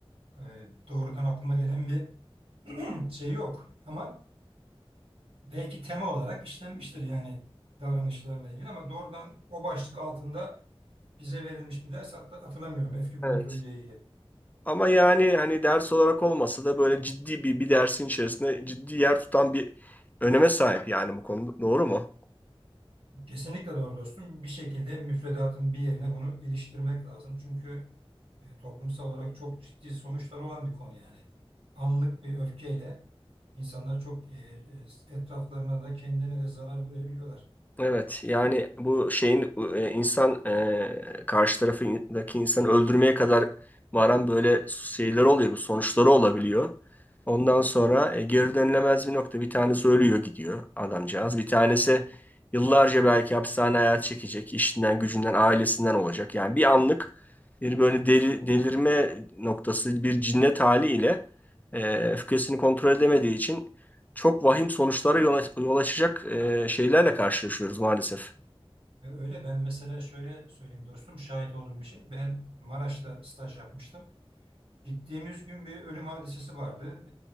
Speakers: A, on the right (about 65°); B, on the left (about 15°).
A: e, doğrudan aklıma gelen bir <clears throat> şey yok. Ama belki tema olarak işlenmiştir yani davranışlarla ilgili ama doğrudan o başlık altında bize verilmiş bir ders hatta hatırlamıyorum öfke kontrolüyle
B: Evet.
A: ilgili.
B: Ama yani hani ders olarak olmasa da böyle ciddi bir bir dersin içerisinde ciddi yer tutan bir öneme sahip yani bu konuda. Doğru mu?
A: Kesinlikle doğru dostum. Bir şekilde müfredatın bir yerine bunu iliştirmek lazım. Çünkü e, toplumsal olarak çok ciddi sonuçlar olan bir konu yani. Anlık bir öfkeyle insanlar çok e, e, etraflarına da kendine de zarar verebiliyorlar.
B: Evet yani bu şeyin e, insan e, karşı tarafındaki insanı öldürmeye kadar varan böyle şeyler oluyor bu sonuçları olabiliyor. Ondan sonra e, geri dönülemez bir nokta bir tanesi ölüyor gidiyor adamcağız. Bir tanesi yıllarca belki hapishane hayatı çekecek işinden gücünden ailesinden olacak. Yani bir anlık bir böyle deli- delirme noktası bir cinnet haliyle e, öfkesini kontrol edemediği için çok vahim sonuçlara yol, yol açacak e, şeylerle karşılaşıyoruz maalesef.
A: Ve öyle ben mesela şöyle söyleyeyim dostum şahit olduğum bir şey. Ben Maraş'ta staj yapmıştım. Gittiğimiz gün bir ölüm hadisesi vardı.